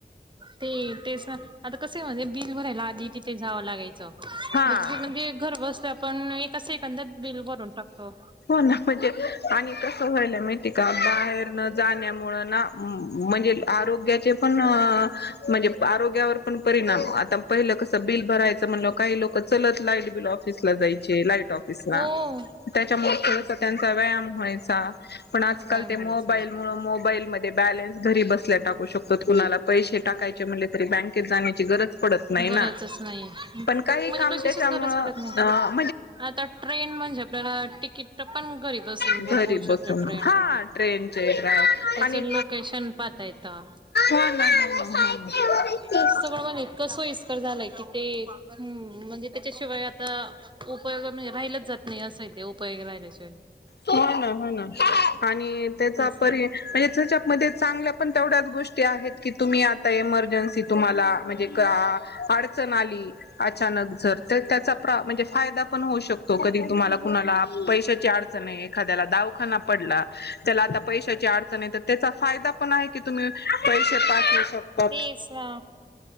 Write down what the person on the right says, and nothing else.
ते तेच ना आता कस म्हणजे बिल भरायला आधी तिथे जाव लागायच,
तिथे म्हणजे घर बसल्या पण एक- एका सेकंदात बिल भरून टाकतो.
हो
तेच
ना
उपाय
व्हायच
गरजच
नाही
म्हणजे
कशाचीच
गरज
पडत नाही
आता ट्रेन म्हणजे आपल्याला तिकीट पण घरी बसून
बुक होऊ
शकते ट्रेन
त्याचं
लोकेशन पाहता येतं.
हम्
<inaudible> सगळं गणित इतकं सोयीस्कर झालंय की ते हम्म म्हणजे त्याच्याशिवाय आता उपयोग म्हणजे राहिलंच जात नाय असय ते उपयोग राहिल्याशिवाय
तेच
तेस ना